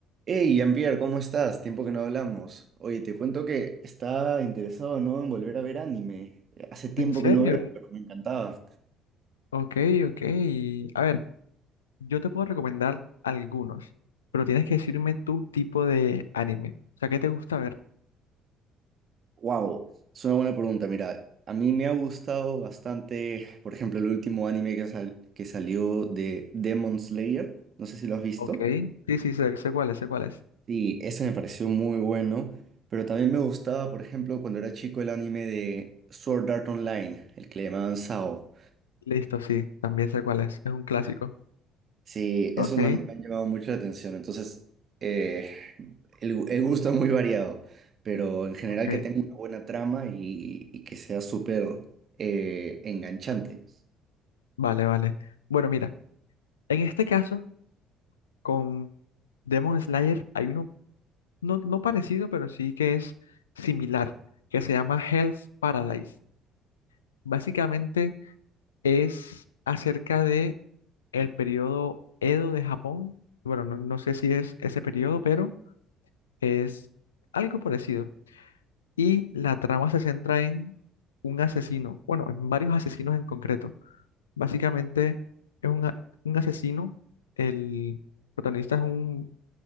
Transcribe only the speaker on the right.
Hey, Jean-Pierre, ¿cómo estás? Tiempo que no hablamos. Oye, te cuento que estaba interesado, ¿no? en volver a ver anime. Hace tiempo
que no veo, pero me encantaba.
Wow, es una buena pregunta. Mira, a mí me ha gustado bastante, por ejemplo, el último anime que, sal- que salió de Demon Slayer. No sé si lo has visto.
Sí, ese me pareció muy bueno. Pero también me gustaba, por ejemplo, cuando era chico el anime de Sword Art Online, el que le llamaban Sao.
Sí,
esos me han, me han llamado mucho la atención. Entonces, eh, el, gu- el gusto es muy variado, pero en general
que tenga una buena trama y, y que sea súper eh, enganchante.